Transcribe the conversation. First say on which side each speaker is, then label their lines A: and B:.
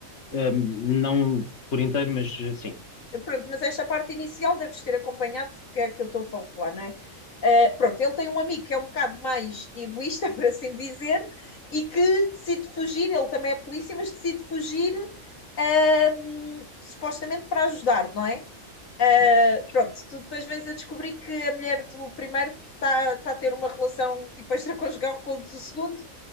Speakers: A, on the left (about 60°); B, on the left (about 75°).
A: Ahm, não por inteiro, mas eh, sim,
B: Pronto, mas esta parte inicial deves ter acompanhado, que é que eu estou a falar, não é? Uh, pronto, ele tem um amigo que é um bocado mais egoísta, <laughs> por assim dizer, e que decide fugir, ele também é polícia, mas decide fugir uh, supostamente para ajudar, não é? Uh,
A: sim,
B: pronto, tu depois vens a descobrir que a mulher do primeiro está tá a ter uma relação tipo extraconjugal com o do segundo